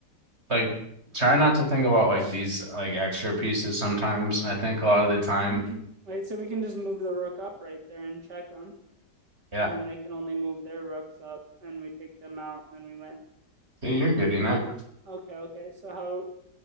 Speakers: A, on the right; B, on the right.
A: like try not to think about like these like extra pieces sometimes. I think a lot of the time,
B: hmm Wait, so we can just move the rook up right there and check them,
A: yeah.
B: and then they can only move their rooks up, and we take them out, and then we win.
A: See, you're getting it.
B: Okay, okay. So how?